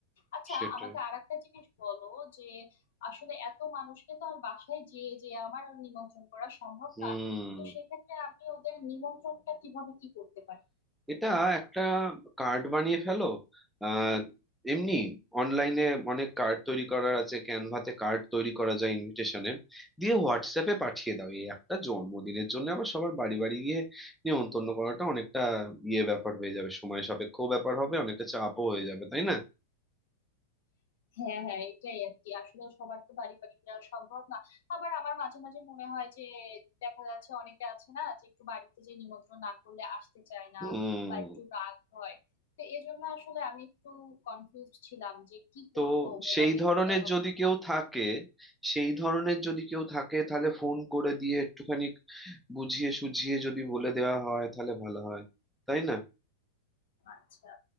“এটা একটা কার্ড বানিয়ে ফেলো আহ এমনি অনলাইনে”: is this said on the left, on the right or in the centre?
Centre